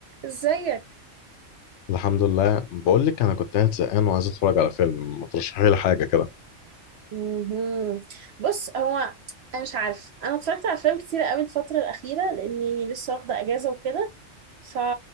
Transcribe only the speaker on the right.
ازيك
مهم. بص هو انا مش عارف انا اتفرجت على افلام كتيره قوي الفتره الاخيره لاني لسه واخده اجازه وكده ف...